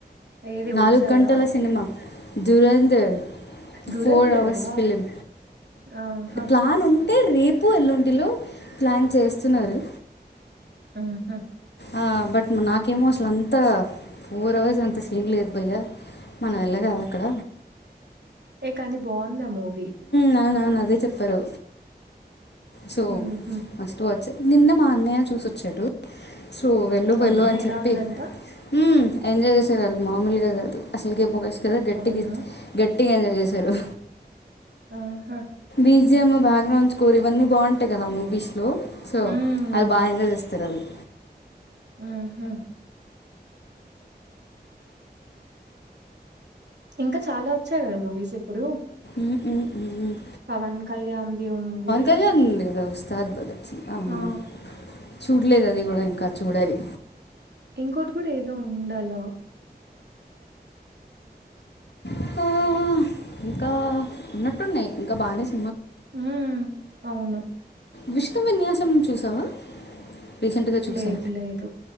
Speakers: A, on the right; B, on the left.
A: ఏది
B: నాలుగు
A: ఉత్సాదా
B: గంటల సినిమా దురందర్
A: దురంధరా
B: ఫోర్ అవర్స్ ఫిలిం
A: ఆహా
B: ప్లాన్ ఉం అంటే రేపు ఎల్లుంటిలో ప్లాన్ చేస్తున్నారు
A: ఆహా
B: ఆ బట్ నాకేమో అసలు అంతా ఫోర్ అవర్స్ అంత ఏం లేదు బయ్య మన వల్ల కాదు అక్కడ
A: ఏ కాని బావుంది ఆ మూవీ.
B: నానానా అదే చెప్పారు. సో
A: ఉహు
B: మస్ట్ వాచె నిన్న మా అన్నయ్య చూసొచ్చాడు. సో వెళ్ళు
A: అవునా
B: వెళ్ళు అని
A: ఎలా
B: చెప్పి
A: ఉందంట
B: హ్ ఎంజాయ్ చేశారు ఆల్లు మామూలుగా కాదు అసలు కే <inaudible> కదా గట్టిగా
A: అవునా
B: గట్టి టిగా ఎంజాయ్ చేశారు.
A: ఆహా
B: బీజిఎమ్ బ్యాక్ గ్రౌండ్ స్కోర్ ఇవన్నీ బావుంటయి కదా మూవీస్లో. సో
A: ఉమ్
B: అది బాఎంజాయ్ చేస్తారు ఆల్లు.
A: ఆహా ఇంకా చాలా వచ్చాయి కదా మూవీస్ ఇప్పుడు.
B: హుహుహ్
A: పవన్ కళ్యాణ్ ది ఉంది.
B: కళ్యాణ్ ఉంది కదా ఉస్తాద్ బగత్ చి ఆహు
A: ఆ
B: చూడలేదు అది కూడా ఇంకా చూడాలి.
A: ఇంకోటి కూడా ఏదో ఉండాల.
B: ఇంకా ఇంకా ఉన్నట్టున్నయి ఇంకా బానే సి
A: హ్మ్ అవును.
B: విష్ణు విన్యాసం చూసావా. రీసెంట్ గా చూసా
A: లేదు లేదు